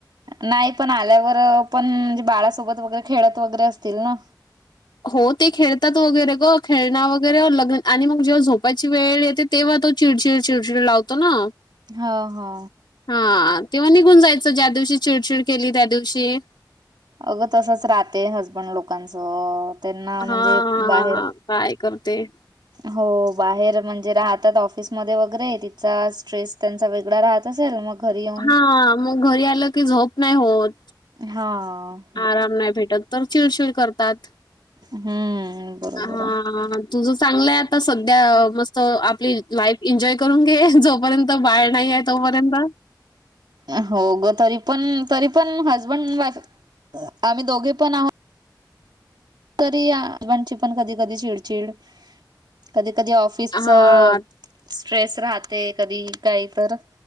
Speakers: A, on the right (about 75°); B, on the left (about 80°).
A: नाही पण आल्यावर अ पण म्हणजे बाळासोबत वगैरे खेळत वगैरे असतील ना
B: हो ते खेळतात वगैरे गं खेळण वगैरे अ लग आणि मग जेव्हा झोपायची वेळ येते तेव्हा तो चिडचिड चिडचिड लावतो ना
A: हा हा
B: हां तेव्हा निघून जायचं ज्या दिवशी चिडचिड केली त्यादिवशी
A: अगं तसचं राहतय हसबंड लोकांचं त्यांना
B: हा
A: म्हणजे बाहेर
B: काय करते
A: हो बाहेर म्हणजे राहतात ऑफिसमध्ये वगैरे तिथचा स्ट्रेस त्यांचा वेगडा राहत तस आलं मग घरी येऊन
B: हां म घरी आलं की झोप नाय होत.
A: हां आ
B: आराम नाय भेटत तर चिडचिड करतात.
A: हम्म बरोबर
B: हां
A: आहे
B: तुझ चांगलंय आता सध्या मस्त आपली लाईफ इन्जॉय करून घे झोप जोपर्यंत बाळ नाहीये तोपर्यंत
A: अ हो ग तरी पण तरी पण हसबंड वाईफ आम्ही दोघेपण आह तरी आ घाची पण कधी कधी चिडचिड कधी कधी ऑफ फिस
B: हां,
A: च स्ट्रेस राहते कधी कायतर